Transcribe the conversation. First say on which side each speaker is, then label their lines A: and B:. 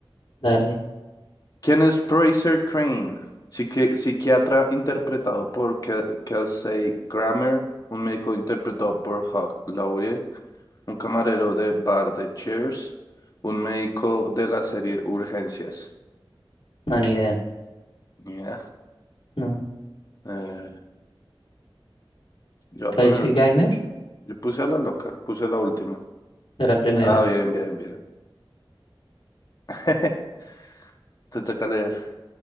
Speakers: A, on the left; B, on the left.
A: dale,
B: ¿Quién es Fraser Crane? Psique- psiquiatra interpretado por Ke- Kelsey Grammer, un médico interpretado por Hugh Laurie, un camarero de bar de Cheers, un médico de la serie Urgencias.
A: no, ni idea.
B: Mira,
A: No.
B: eh, yo voy
A: Kelsey
B: a poner,
A: Geimer,
B: yo puse a la loca, puse la última.
A: de la primera.
B: Ah, bien, bien, bien. <laughs> Te toca leer.